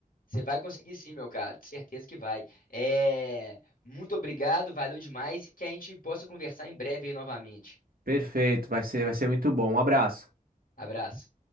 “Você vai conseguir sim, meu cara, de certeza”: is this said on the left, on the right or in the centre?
Left